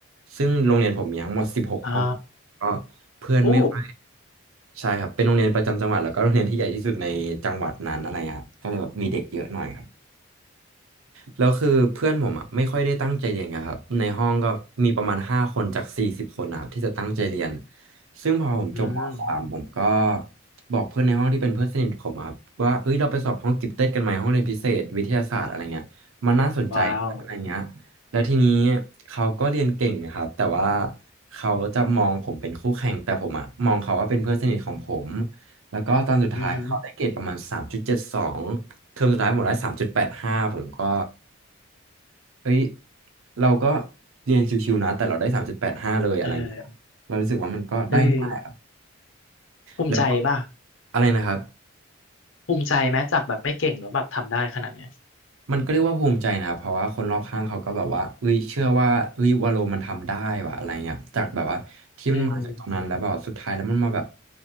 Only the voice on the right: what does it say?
ซึ่งโรงเรียนผมมีทั้งหมดสิบหกห้อง
ก็เพื่อนไม่ค่อย
ใช่ครับเป็นโรงเรียนประจำจังหวัดแล้วก็โรงเรียนที่ใหญ่ที่สุดในจังหวัดนั้นอะไรครับก็เลยแบบมีเด็กเยอะหน่อยครับ แล้วคือเพื่อนผมอ่ะไม่ค่อยได้ตั้งใจเรียนไงครับในห้องก็มีประมาณห้าคนจากสี่สิบคนนะครับที่จะตั้งใจเรียนซึ่งพอผมจบมสามผมก็
บอกเพื่อนในห้องที่เป็นเพื่อนสนิทผมอะครับว่าเฮ้ยเราไปสอบห้องกิฟเต็ดกันไหมห้องเรียนพิเศษวิทยาศาสตร์อะไรเงี้ยมันน่าสนใจอะไรเงี้ย
แล้วทีนี้เขาก็เรียนเก่งนะครับแต่ว่าเขาจะมองผมเป็นคู่แข่งแต่ผมอะมองเขาว่าเป็นเพื่อนสนิทของผมแล้วก็ตอนสุดท้ายเขาได้เกรดประมาณสามจุดเจ็ดสองเทอมสุดท้ายผมได้สามจุดแปดห้าผมก็
เอ้ย เราก็เรียนชิวๆนะ แต่เราได้สามจุดแปดห้าเลยอะไรเงี้ยเรารู้สึกว่ามันก็ได้ง่ายอะ
แล้วก็อะไรนะครับ
มันก็เรียกว่าภูมิใจนะครับเพราะว่าคนรอบข้างเขาก็แบบว่าเอ้ยเชื่อว่าเอ้ยวาโลมันทำได้ว่ะอะไรเงี้ยจากแบบว่าที่มันมาจากตรงนั้นแล้วแบบสุดท้ายแล้วมันมาแบบ